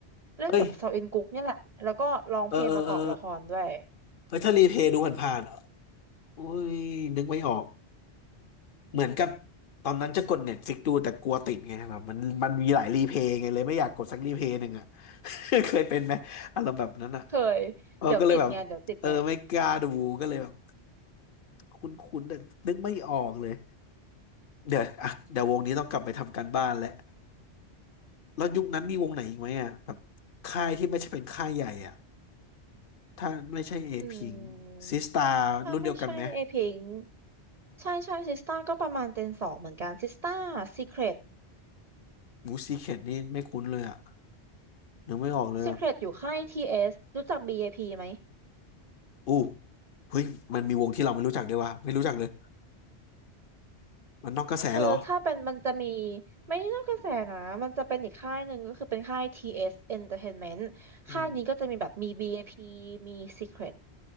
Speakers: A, on the right; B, on the left.
A: เล่นกับซออินกุ๊กเนี่ยแหละแล้วก็ร้องเพลงประกอบละครด้วย
B: เอ้ยเออเออเออเฮ้ยถ้ารีเพลย์ดูผ่านๆโอ้ยนึกไม่ออก เหมือนกับตอนนั้นจะกดเน็ตฟิกดูแต่กลัวติดไงแบบมันมันมีหลายรีเพย์ไงเลยไม่อยากกดสักรีเพย์หนึ่งอ่ะ <laughs> เคยเป็นไหมอารมณ์แบบนั้นอ่ะ
A: เคยเดี๋ยวติดไงเดี๋ยวติดไง
B: เออก็เลยแบบเออไม่กล้าดูก็เลยแบบคุ้นๆแต่นึกไม่ออกเลยเดี๋ยวอ่ะเดี๋ยววงนี้ต้องกลับไปทำการบ้านแล้วแล้วยุคนั้นมีวงไหนอีกไหมอ่ะแบบค่ายที่ไม่ใช่เป็นค่ายใหญ่อ่ะถ้าไม่ใช่เอพิง
A: อื
B: ซิสตา
A: มถ้าไม่ใช่เอพิง
B: รุ่นเดียวกันไหม
A: ใช่ใช่ซิสต้าก็ประมาณเจนสองเหมือนกันซิสต้าซีเครต
B: หมูซีเคทนี่ไม่คุ้นเลยอ่ะนึกไม่ออกเลยอ่ะ
A: ซีเครตอยู่ค่ายทีเอสรู้จักบีเอพีไหม
B: อู้เฮ้ยมันมีวงที่เราไม่รู้จักด้วยวะไม่รู้จักเลยมันนอกกระแสเหรอ
A: คือถ้าเป็นมันจะมีไม่น่ากระแสนะมันจะเป็นอีกค่ายหนึ่งก็คือเป็นค่าย TS Entertainment
B: อืม
A: ค่ายนี้ก็จะมีแบบมี BAP มี Secret